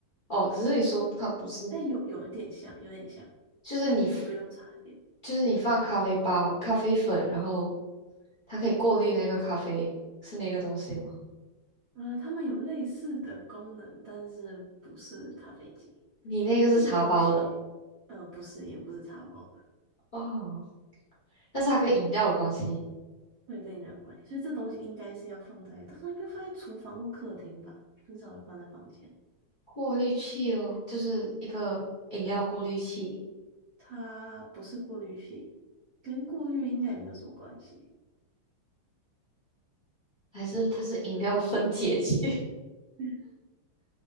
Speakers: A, on the left (about 30°); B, on the right (about 60°).
A: 哦，可是你说它不是，
B: 但有有一点像，有点像，
A: 就是你
B: 但是不用插电。
A: f- 就是你放咖啡包、咖啡粉，然后它可以过滤那个咖啡，是那个东西吗？
B: 呃，它们有类似的功能，但是不是咖啡机。
A: 你那个是茶包的
B: 这个东西，呃，不是，也不是茶包，
A: 哦，但是它跟饮料有关系。
B: 对，跟你那有关系。所以这东西应该是要放在，通常应该放在厨房或客厅吧，很少会放在房间。
A: 过滤器哦，就是一个饮料过滤器，
B: 它不是过滤器，跟过滤应该也没有什么关系。
A: 还是它是饮料分解器，
B: <laughs>